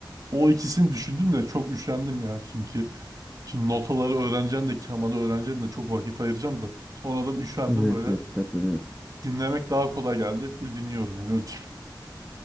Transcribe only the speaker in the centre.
Evet
evet katılıyorum.